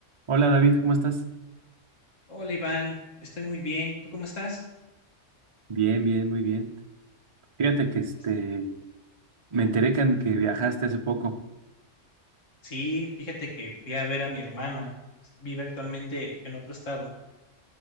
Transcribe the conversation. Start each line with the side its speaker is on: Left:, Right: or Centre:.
Right: Hola David, ¿cómo estás?
Left: Hola Iván, estoy muy bien. ¿Tú cómo estás?
Right: Bien, bien, muy bien. Fíjate que este,
Left: Es-
Right: me enteré que, an- que viajaste hace poco.
Left: Sí, fíjate que fui a ver a mi hermana. es- Vive actualmente en otro estado.